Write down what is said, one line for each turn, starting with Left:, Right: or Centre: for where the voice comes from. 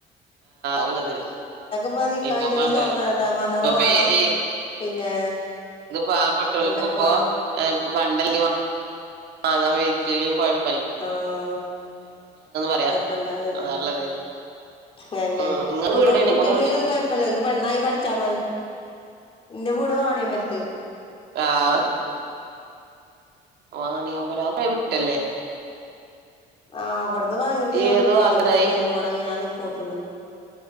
Right: ഉള്ളത്
Left: കായ്ചെണി
Right: ഇപ്പൊ പണ്ട്
Left: സ്വർണം
Right: ഇപ്പൊ
Left: എന്താ മഹറ
Right: ഇപ്പൊ
Left: വാണം
Right: ഏ-
Left: പിന്നെ
Right: പാപെട്ടോൽക്കുമ്പോ
Left: എന്തൊക്കെ വാണം
Right: എ വണ്ടൽ ആങ്ങാൻ വെയ്ക്കില്ലെ കൊയ്
Left: ആഹ്
Right: പറയാ
Left: കൊഴപ്പല്ലതന്നെ
Right: അതാള്ളത്
Left: പന്നെ
Right: ഉം നിങ്ങളെ
Left: ഇനിപ്പൊ
Right: വീട് എവിടെയാണ്
Left: കിട്ടിയിട്ടില്ലങ്കി
Right: നിങ്ങളെ വീട്
Left: കുഴപ്പല്ല ൻക് പെണ്ണായി പഠിച്ചാ മതി ന്റെ വീട് വാണിയമ്പൽത്ത്
Right: ആഹ് വാണിയമ്പലം അഒക്കെ വിട്ടല്ലേ
Left: ആഹ് ഇന്ന് വൈനെട്ട് കിലോമീറ്റർ
Right: ഏത് ഭാഗത്താണത്
Left: ഉണ്ട് ന്നി വിടങ് ഞാൻ നികോട്ത്ത്ന്ന്